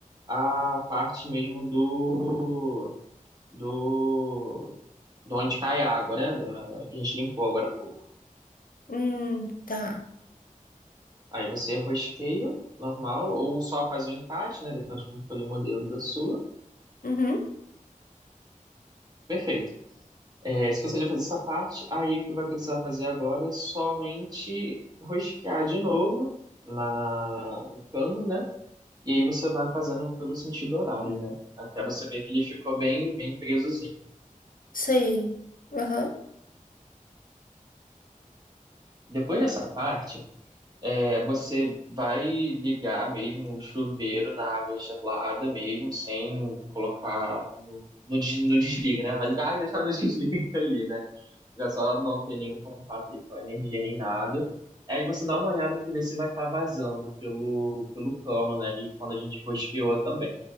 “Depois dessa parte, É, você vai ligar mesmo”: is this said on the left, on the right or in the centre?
Right